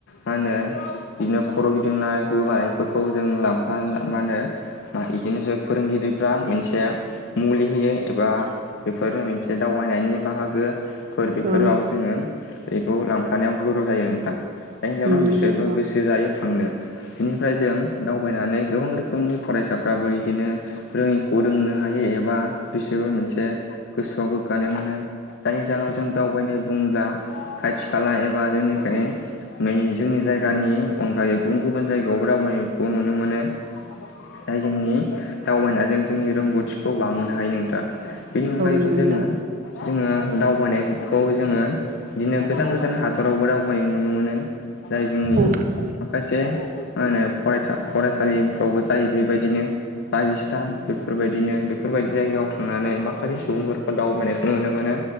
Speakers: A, on the left; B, on the right.
A: मा होनो बिदिनो खर' गिदिंनाय गोबायानायफोरखौ जों लांफा मा होनो? बिदिनोसो फोरोंगिरिफ्रा मोनसे मुलि होयो एबा बेफोर मोनसे दावबायनायनि बाहागो फोर बेफोराव
B: औ उम
A: जोङो बेखौ लां थानायानायाव गोराव जायो नोंथां दा हिनजावनाव
B: नंगौ
A: बिसोरबो गोसो जायो थांनो बेनिफ्राय जों दावबायनानै गोबां रोखोमनि फरायसाफ्राबो बिदिनो रोङिखौ रोंनो हायो एबा बिसोरबो मोनसे गोसोआव गोग्गानाय मोनो। जायनि जाहोनाव जों दावबायनो बुङोब्ला खाथि खाला एबा जोंनिखाय जोंनि जायगानि अनगायै गुबुन गुबुन जायगायावबो दावबायनायखौ नुनो मोनो। जाय जोंनि दावबायनायजों जोंनि रोंगौथिखौ बांहोनो हायो नोंथां। बेनि अनगायैबो
B: नोंथां
A: जोङो जोङो दावबायनायखौ जोङो बिदिनो गोजान गोजान हादरावबो दावगायनाय नुनो मोनो। जाय जोंनि
B: उम
A: माखासे मा होनो फरायसा फरायसालिफ्रावबो जायो बेबायदिनो राजस्थान बेफोरबायदिनो बेफोरबायदि जायगायाव थांनानै माखासे सुबुंफोरखौ दावबायनायखौ नुनो मोनो।